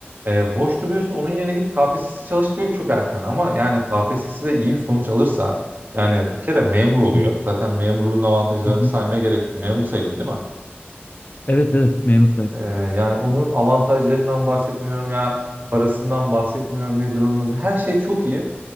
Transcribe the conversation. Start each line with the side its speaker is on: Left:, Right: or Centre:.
Right: E, boş duruyorsun onun yerine git KPSS çalış diyor ki çok erken ama yani K P S S de iyi bir sonuç alırsa yani bir kere memur oluyor
Left: Evet.
Right: zaten memurluğun avantajlarını
Left: Hı hı.
Right: saymaya gerek yok memur sayılıyor değil mi?
Left: Evet evet memur sayılıyor.
Right: Ee, yani onun avantajlarından bahsetmiyorum ya parasından bahsetmiyorum nedir onun adı. Her şey çok iyi.